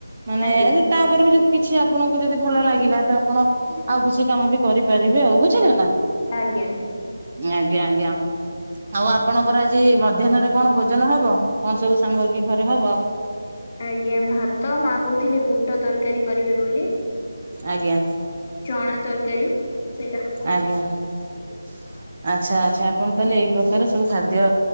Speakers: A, on the right (about 30°); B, on the left (about 25°).
A: ମାନେ
B: ଆଜ୍ଞା
A: ଆ ତାପରେ ବି ଯଦି କିଛି ଆପଣ ଯଦି ଭଲ ଲାଗିଲା ତ ଆପଣ ଆଉ କିଛି କାମ ବି କରିପାରିବେ ଆଉ ବୁଝିଲେ ନା
B: ଆଜ୍ଞା।
A: ହଁ ଆଜ୍ଞା ଆଜ୍ଞା। ଆଉ ଆପଣଙ୍କର ଆଜି ମଧ୍ୟାହ୍ନରେ କଣ ଭୋଜନ ହବ କଣ ସବୁ ସାମଗ୍ରୀ ଘରେ ହବ।
B: ଆଜ୍ଞା ଭାତ ମା କହୁଥିଲେ ବୁଟ ତରକାରୀ କରିବେ ବୋଲି।
A: ଆଜ୍ଞା
B: ଚଣା ତରକାରୀ। ସେଇଟା ହବ
A: ଆଜ୍ଞା। ଆଚ୍ଛା ଆଚ୍ଛା ଆପଣ ତାହେଲେ ଏଇ ପ୍ରକାର ସବୁ ଖାଦ୍ୟ